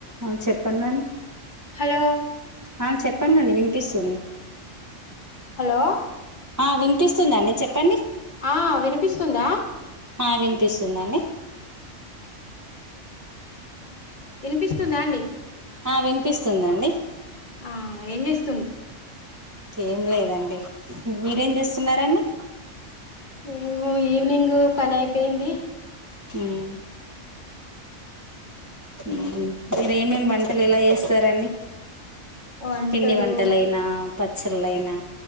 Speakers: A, on the right (about 30°); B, on the left (about 45°).
A: అ చెప్పండి అండీ
B: హలో
A: ఆ చెప్పండి వినిపిస్తుంది
B: హలో
A: ఆ వినిపిస్తుందండి చెప్పండి
B: ఆ వినిపిస్తుందా
A: ఆ వినిపిస్తుందండి
B: వినిపిస్తుందా అండి
A: ఆ వినిపిస్తుందండి
B: ఆ ఏం జేస్
A: ఏం లేదండి మీరేం చేస్తున్నారండి
B: మేము ఈవినింగ్ పని అయిపోయింది
A: ఊమ్ ఊహ్మ్ మీరెమెమ్ వంటలు ఎలా జేస్తారండి
B: వంటలు
A: పిండి వంటలైనా పచ్చళ్ళైనా